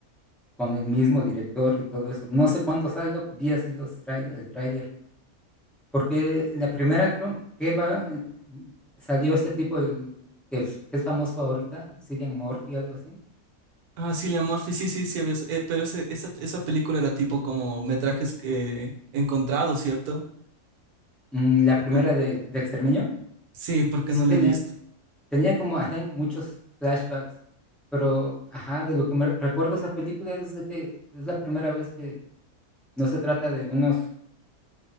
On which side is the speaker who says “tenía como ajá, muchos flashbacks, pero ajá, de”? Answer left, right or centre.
Centre